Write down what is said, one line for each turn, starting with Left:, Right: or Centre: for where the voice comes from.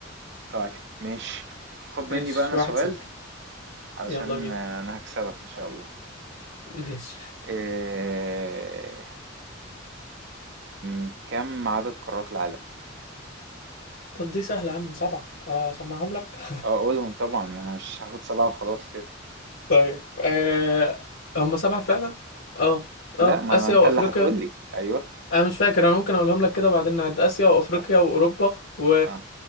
Right: طيب ماشي خد مني
Left: ماشي
Right: بقى انا سؤال
Left: واحد صفر
Right: علشان
Left: يلا بينا
Right: آه، انا هكسبك ان شاء الله
Left: ماشي
Right: إيه... م، كم عدد قارات العالم
Left: طب دي سهلة يا عم سبعة آه، أسمعهم لك <laughs>
Right: اه قولهم طبعا ما انا مش هاخد سبعة وخلاص كده
Left: طيب آه هم سبعة فعلا اه
Right: لا
Left: اه
Right: ما
Left: آسيا
Right: أنا انت
Left: وأفريقيا
Right: اللي هتقولي ايوه
Left: انا مش فاكر انا ممكن اقولهم لك كده وبعدين نعد اسيا وافريقيا
Right: صح.
Left: واوروبا و...
Right: اه